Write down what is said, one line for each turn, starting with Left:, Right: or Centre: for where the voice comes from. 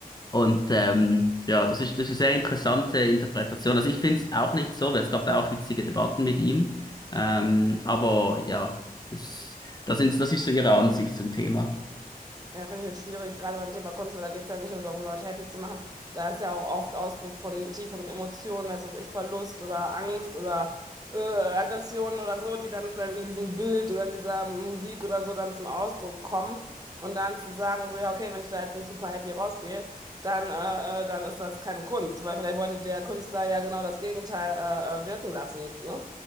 Left: Und ähm, ja, das ist, das ist eine sehr interessante Interpretation. Also ich finde es auch nicht so, weil es gab da auch hitzige Debatten mit ihm. Ähm, aber ja, das, das sind, das ist so ihre Ansicht zum Thema.
Right: Ja, finde ich jetzt schwierig, gerade beim Thema Kunst, weil da geht es ja nicht nur darum, Leute happy zu machen. Da ist ja auch oft Ausdruck von tieferen Emotionen, weiß was ich, Verlust oder Angst oder äh, Aggressionen oder so, die dann vielleicht in diesem Bild oder in dieser Musik oder so dann zum Ausdruck kommen. Und dann zu sagen, so, ja, okay, wenn ich da jetzt nicht super happy rausgehe, dann, äh, äh, dann ist das keine Kunst, weil vielleicht wollte der Künstler ja genau das Gegenteil äh, äh, wirken lassen, ne?